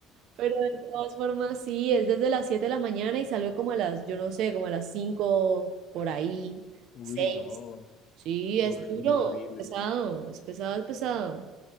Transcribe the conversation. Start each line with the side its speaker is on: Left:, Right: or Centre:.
Right: pero de todas formas sí, es desde las 7 de la mañana y salgo como a las, yo no sé, como a las 5 por ahí,
Left: Uy,
Right: 6.
Left: no,
Right: Sí, es
Left: horrible,
Right: duro,
Left: horrible.
Right: es pesado, es pesado, es pesado.